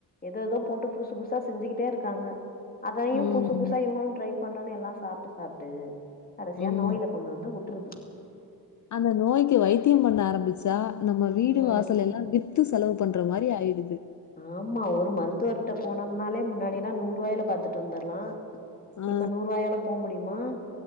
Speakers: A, on the left; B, on the left.
A: எதெதோ போட்டு புதுசு புதுசா செஞ்சுக்கிட்டே இருக்காங்க அதையு
B: ம்
A: புதுசு புதுசா இவ்ங்களு ட்ரை பண்றன்னு எல்லா சாப்ட்டு சாப்ட்டு கடைசியா
B: ம்
A: நோய்ல கொண்டு வந்து வுட்ருது
B: அந்த நோய்க்கு வைத்தியம் பண்ண ஆரம்பிச்சா நம்ம வீடு
A: ம்
B: வாசல் எல்லா வித் த்து செலவு பண்ற மாரி ஆயிடுது
A: ஆமா ஒரு மருத்துவர்ட்ட போனம்னாலே முன்னாடிலா நூறுவாய்ல பாத்துட்டு வந்துர்லா
B: ஆ
A: இப்ப நூறுவாயோட போ முடியுமா